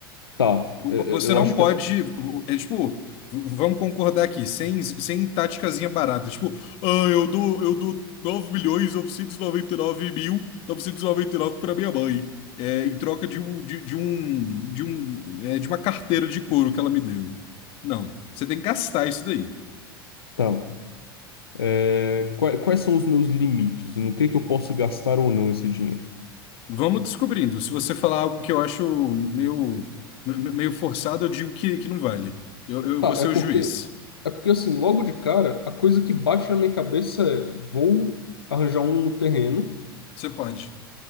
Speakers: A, on the left; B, on the left.
A: tá.
B: Vo-
A: É, é,
B: Você
A: Eu
B: não
A: acho
B: pode.
A: que a-
B: É tipo, v- vamos concordar aqui, sem, sem táticazinha barata. Tipo, ah, eu dou, eu dou nove milhões e e noventa e nove mil e e noventa e nove para minha mãe. É, em troca de um, de, de um, de um, é, de uma carteira de couro que ela me deu. Não, você tem que gastar isso daí.
A: tá. É, qua- quais são os meus limites? No que que eu posso gastar ou não esse dinheiro?
B: Vamos descobrindo. Se você falar algo que eu acho meio, me- meio forçado, eu digo que, que não vale. Eu, eu
A: Tá,
B: vou ser
A: é porque
B: o juiz.
A: é porque assim, logo de cara, a coisa que bate na minha cabeça é vou arranjar um terreno
B: Você pode.